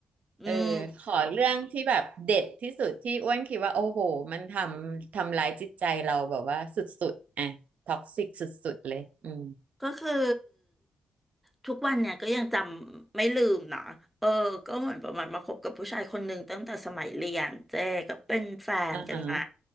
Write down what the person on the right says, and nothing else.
เออขอเรื่องที่แบบเด็ดที่สุดที่อ้วนคิดว่าโอ้โหมันทำทำร้ายจิตใจเราแบบว่าสุดๆอ่ะท็อกซิกสุดๆเลยอืม
อ่าฮะ